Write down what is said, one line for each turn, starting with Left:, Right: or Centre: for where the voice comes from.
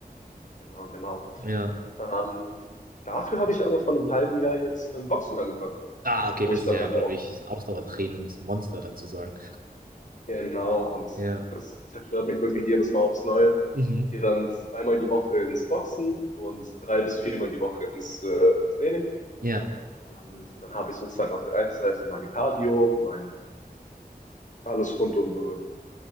Left: genau, genau.
Right: Ja.
Left: Ähm, dafür habe ich aber vor einem halben Jahr jetzt mit dem Boxen angefangen,
Right: Ah, okay,
Left: wo
Right: das
Left: ich
Right: ist
Left: dann
Right: ja,
Left: halt
Right: glaube
Left: auch
Right: ich, ein Ausdauertrainingsmonster dann zu sagen.
Left: Genau, und
Right: Ja.
Left: das zerstört mich wirklich jedes Mal aufs Neue.
Right: Mhm.
Left: Ich gehe dann zweimal die Woche ins Boxen und drei bis viermal die Woche ins äh, Training.
Right: Ja.
Left: Und dann habe ich sozusagen auf der einen Seite meine Cardio, mein alles rund um,